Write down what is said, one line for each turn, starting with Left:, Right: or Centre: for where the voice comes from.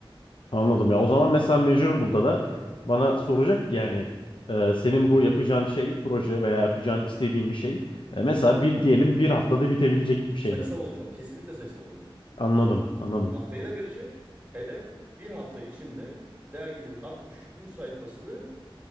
Left: Anladım ya. O zaman mesela Measurable'da da bana soracak ki yani e, senin bu yapacağın şey, proje veya yapacağın istediğin bir şey e, mesela bir diyelim bir haftada bitebilecek bir şey
Right: Sayısal
Left: mi?
Right: olacak. Kesinlikle sayısal olacak.
Left: Anladım, anladım,
Right: Haftaya da verecek. Hedef bir hafta içinde derginin 63. sayfasını